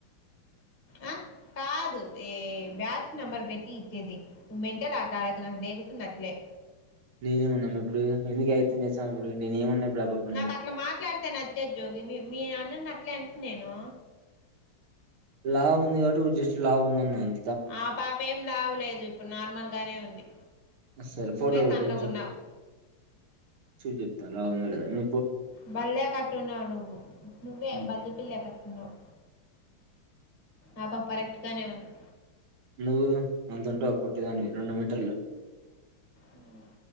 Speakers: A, on the left; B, on the right.
A: ఆ కాదు ఏ బ్యాచ్ నంబర్ పెట్టి ఇచ్చేది మెంటలాట ఆడకు నాకు రేగుతుంది అట్లే
B: నేనేమన్నాను ఇప్పుడు ఎందుకు అయత్తం చేసాం ఇప్పుడు నేను ఏమన్నా ఇప్పుడు ఆ పాపని
A: నాకు అట్లా మాట్లాడితే నచ్చదు జోగి మీ మీ అన్నను అట్లే అంట నేను
B: లావు ఉంది కాబట్టి జస్ట్ లావు ఉందని అన్
A: ఆ పాప ఏం లావు లేదు ఇప్పుడు నార్మల్ గానే ఉంది
B: సరే
A: నువ్వే
B: ఫోటో పెట్టు
A: సన్నగా
B: చెప్-
A: ఉన్నావు
B: చూసి చెప్తా లావు వుంద లేదా అని
A: బిల్లా కట్టున్నావు నువ్వు నువ్వే
B: ఉమ్,
A: బల్లి పిల్ల కట్టున్నావు ఆ పాప కరెక్ట్ గానే ఉంది
B: నువ్వు అంతంటా పొట్టిదాని రెండు మీటర్లు
A: ఉ